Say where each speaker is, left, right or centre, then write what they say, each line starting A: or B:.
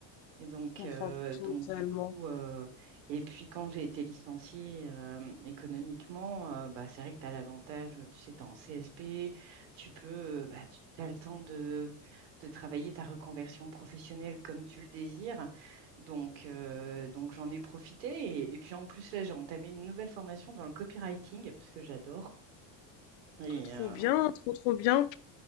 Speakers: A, on the right; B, on the left.
A: Et donc,
B: comprends
A: euh, donc
B: totalement.
A: du coup, euh, et puis quand j'ai été licenciée euh, économiquement, euh, bah, c'est vrai que tu as l'avantage, tu sais, tu es en CSP, tu peux, euh, bah, tu as le temps de, de travailler ta reconversion professionnelle comme tu le désires. Donc, euh, donc j'en ai profité. Et, et puis en plus, là, j'ai entamé une nouvelle formation dans le copywriting, parce que j'adore. Et
B: Oh, trop
A: euh,
B: bien, trop trop bien.